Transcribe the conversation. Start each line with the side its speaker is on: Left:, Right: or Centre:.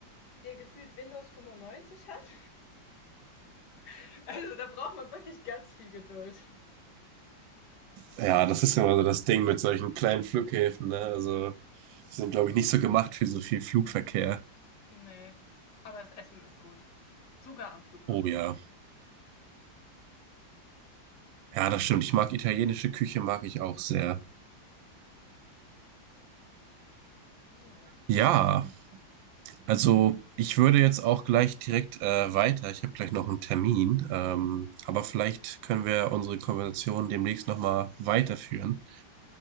Left: der gefühlt Windows 95 hat. <laughs> Also da braucht man wirklich ganz viel Geduld.
Right: ja, das ist ja immer so das Ding mit solchen kleinen Flughäfen, ne? Also, die sind, glaube ich, nicht so gemacht für so viel Flugverkehr.
Left: Nee, aber das Essen ist gut. Sogar am Flughafen.
Right: Oh ja. Ja, das stimmt. Ich mag italienische Küche, mag ich auch sehr.
Left: Ja,
Right: Ja, also ich würde jetzt auch gleich direkt äh, weiter. Ich habe gleich noch einen Termin, ähm, aber vielleicht können wir unsere Konversation demnächst nochmal weiterführen.